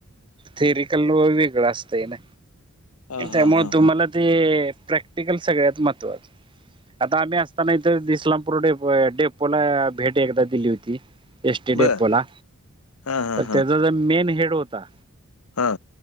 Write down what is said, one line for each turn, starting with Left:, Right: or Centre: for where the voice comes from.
Right: थेरिकल व वेगळं असतंय ना.
Left: हां,
Right: त्यामु
Left: हां, हां,
Right: तुम्हाला
Left: हां.
Right: ते प्रॅक्टिकल सगळ्यात महत्वात.. आता आम्ही असताना इथ दिस्लामपूर डेप डेप्पोला भेट एकदा दिली होती. एसटी
Left: बरं.
Right: डेफो ला
Left: हां, हां,
Right: तर त्याचा जर मेन हेड होता.
Left: हा.